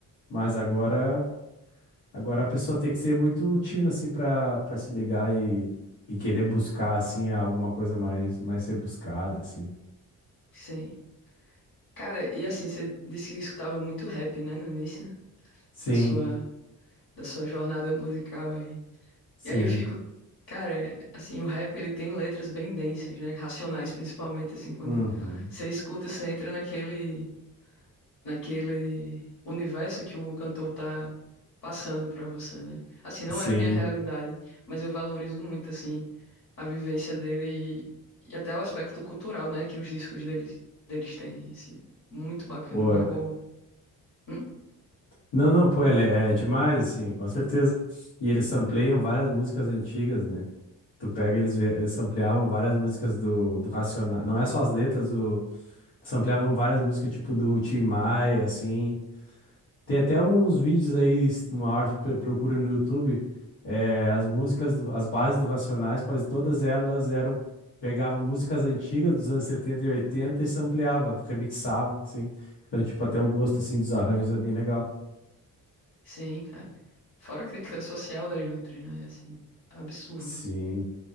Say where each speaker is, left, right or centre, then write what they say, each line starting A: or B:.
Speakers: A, on the left (about 85°); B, on the left (about 50°).
A: Mas agora, agora a pessoa tem que ser muito tina, assim, para para se ligar e, e querer buscar, assim, alguma coisa mais, mais rebuscada, assim.
B: Sim. Cara, e assim, você disse que escutava muito rap, né, no início
A: Sim,
B: da sua, da sua jornada musical aí.
A: sim.
B: E aí eu fico, cara, assim, o rap ele tem letras bem densas, né? Racionais principalmente, assim, quando
A: Uhum.
B: você escuta, você entra naquele naquele universo que o cantor tá passando pra você, né? Assim, não
A: Sim.
B: era a minha realidade, mas eu valorizo muito assim a vivência dele e, e até o aspecto cultural, né, que os discos deles deles têm, assim, muito bacana,
A: Pô,
B: marcou.
A: é-
B: Hum?
A: não, não, pô, ele é é demais, assim, com certeza. E eles sampleiam várias músicas antigas, né? Tu pega, eles, ve- eles ampliavam várias músicas do, do Racionais. Não é só as letras, o... ampliavam várias músicas, tipo, do Tim Maia, assim. Tem até uns vídeos aí, se uma hora tu pe- procura no YouTube, é, as músicas, do- as bases do Racionais, quase todas elas eram... Pegava músicas antigas dos anos 70 e 80 e sampleava, remixava, assim. Então, tipo, até o gosto, assim, dos arranjos é bem legal.
B: Sim, cara. Fora a crítica social das letras, né? Assim, absurdo.
A: Sim,